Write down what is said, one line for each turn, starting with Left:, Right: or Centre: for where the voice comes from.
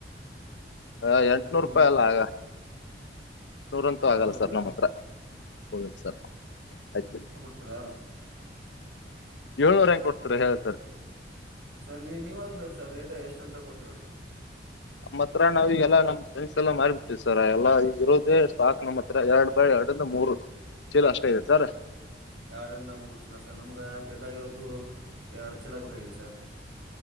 Left: ಹ
Right: ಎಂಟು
Left: ಎಂಟುನೂರು ರೂಪಾಯಿ ಅಲ್ಲ ಆಗ ನೂರಂತೂ ಆಗಲ್ಲ
Right: ಆಗೋದಿಲ್ಲ
Left: ಸರ್ ನಮ್ಮ್ ಹತ್ರ ಆಬೇಕು ಸರ್ ನಾ್ ಆಯ್ತು
Right: ಅತ್ರರ
Left: ಏಳು ನೂರು ಹೆಂಗ್ ಕೊಡ್ತಾರೆ ಹೇಳಿ ಸಾರ್
Right: ಸರ್ ನೀವು ನೀವ್ರೂ ಹೇಳ್ ಸರ್ ರೇಟ್ ಎಷ್ಟು ಅಂತ ಕೊಡ್ತೀರಾ
Left: ನಮ್ಮ ಹತ್ರ ನಾವ ಈಗಲ್ಲ ನಮ್ಮ್ ಫ್ರೆಂಡ್ಸ್ಲ್ಲ ಮಾರಿ ಬಿಟ್ಟೀವಿ ಸರ್ ಎಲ್ಲ ಈಗ ಇರೋದೇ ಸಾಾಕ್ ನಮ್ಮ್ ಹತ್ರ ಎರಡು ಬಳೆ ಅಡಂದ ಮೂರು ಚೀಲ ಅಷ್ಟೇ ಇದೆ ಸರ
Right: ಎರಡರಿಂದ ಮೂರು ಚೀಲ ಸರ್ ನಮ್ಗ ಬೇಕಾಗಿರೋದು ಎರಡು ಚೀಲ ಬೇಕಾಗಿದೆ ಸರ್